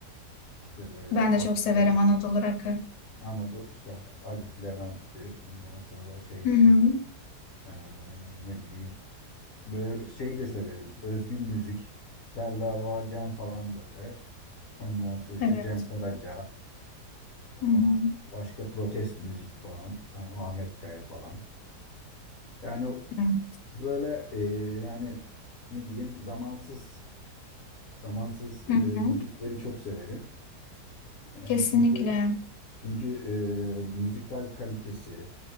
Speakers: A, on the left (about 60°); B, on the left (about 85°).
A: işte böyle
B: Ben
A: Haluk
B: de çok severim
A: Levent,
B: Anadolu Rock'ı.
A: Anadolu işte Haluk Levent'ti. Ondan sonra şeydi
B: Hı hı.
A: e, ne bileyim böyle şey de severim. Özgün müzik. Selda Bağcan falan böyle. Ondan sonra işte
B: Evet.
A: Cem Karaca.
B: Hı hı.
A: Aa, Başka protest müzik falan, Aa, Ahmet Kaya falan. Yani
B: Evet.
A: böyle e, yani ne diyeyim zamansız zamansız e,
B: Hı
A: müzikleri
B: hı.
A: çok severim. E,
B: Kesinlikle.
A: çünkü çünkü e, müzikal kalitesi,